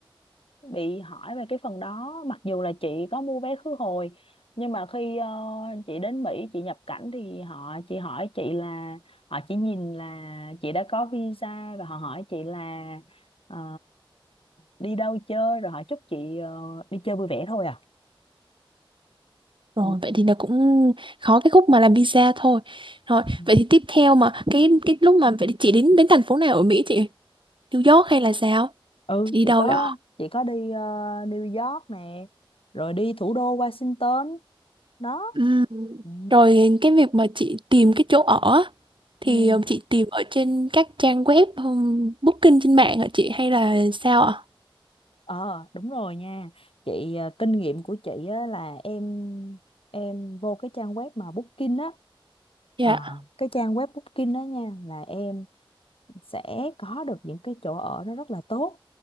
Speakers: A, on the left (about 80°); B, on the right (about 65°).
A: bị hỏi về cái phần đó mặc dù là chị có mua vé khứ hồi nhưng mà khi ờ, chị đến Mỹ chị nhập cảnh thì họ chị hỏi chị là họ chỉ nhìn là chị đã có visa và họ hỏi chị là ờ, đi đâu chơi rồi họ chúc chị ờ, đi chơi vui vẻ thôi à
B: Rồi
A: ừ
B: vậy thì là cũng khó cái khúc mà làm visa thôi. Rồi
A: Ừ.
B: vậy thì tiếp theo mà cái cái lúc mà vậy thì chị đến đến thành phố nào ở Mỹ chị? New York hay là sao?
A: Ừ,
B: Chị đi
A: chị
B: đâu
A: có
B: vậy?
A: chị có đi ờ, New York nè rồi đi thủ đô Washington đó
B: Ừm,
A: Ừ.
B: Rồi cái việc mà chị tìm cái chỗ ở á, thì
A: Ừ.
B: ờ, chị tìm ở trên các trang web ừm, booking trên mạng hả chị hay là sao ạ?
A: Ờ đúng rồi nha chị à, kinh nghiệm của chị á, là em em vô cái trang web mà Booking á
B: Dạ.
A: Ờ, cái trang web Booking đó nha là em sẽ có được những cái chỗ ở nó rất là tốt